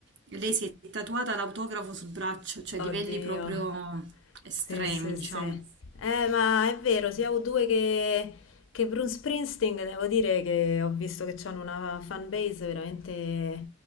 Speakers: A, on the right; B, on the left.
A: e lei si è tatuata l'autografo sul braccio, cioè
B: Oddio.
A: livelli proprio estremi,
B: Sì, sì,
A: diciamo.
B: sì. Eh, ma è vero, sia U2 che, che Bruce Springsteen, devo dire che ho visto che hanno una fanbase veramente,